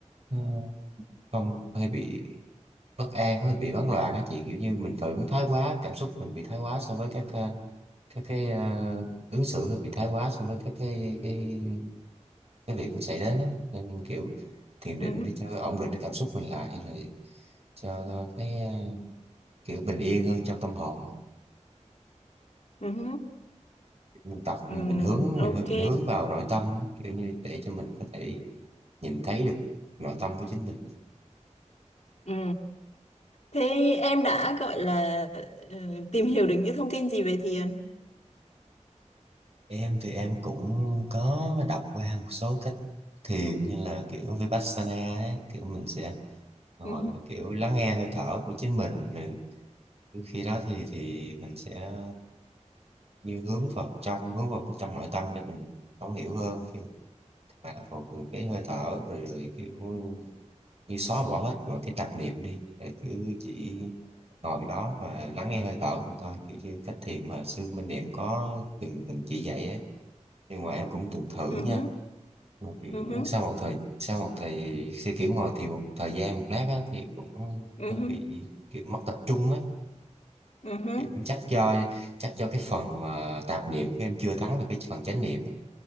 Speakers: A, on the right; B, on the left.
A: ờ, không hay bị bất an hơi bị hoảng loạn á chị kiểu như mình phải ứng thái quá cảm xúc mình bị thái quá so với các ờ, các cái ờ, ứng xử bị thái quá so với các cái cái, cái việc cũng xảy đến á nên kiểu thiền định
B: Ừ,
A: để cho ổn định cái cảm xúc mình lại rồi cho cái ờ, kiểu bình yên hơn trong tâm hồn á.
B: ừ,
A: mình tập
B: ừ,
A: mình hướng mình
B: ok.
A: mình hướng vào nội tâm kiểu như để cho mình có thể nhìn thấy được nội tâm của chính mình
B: Ừ. Thế em đã gọi là ừ, tìm hiểu được những thông tin gì về thiền?
A: em thì em cũng có đọc qua một số cách thiền như là kiểu Vipassana ấy, kiểu mình sẽ ngồi
B: Ừ,
A: và kiểu lắng nghe hơi thở của chính mình rồi khi đó thì thì mình sẽ như hướng vào trong hướng vào trong nội tâm để mình thấu hiểu hơn kiểu mà phòng ngừa cái hơi thở rồi, rồi kiểu như xóa bỏ hết mọi cái tạp niệm đi rồi cứ chỉ ngồi đó và lắng nghe hơi thở thôi thôi kiểu như cách thiền mà sư Minh Niệm có từng từng chỉ dạy ấy nhưng mà em cũng từng thử
B: ừ,
A: nha
B: ừ,
A: một
B: ừ,
A: sau một thời sau một thời sẽ kiểu ngồi thì một thời gian một lát á, thì cũng
B: ừ,
A: hơi bị kiểu mất tập trung á
B: ừ.
A: kiểu chắc do chắc do cái phần mà tạp niệm của em chưa thắng được cái phần chánh niệm á.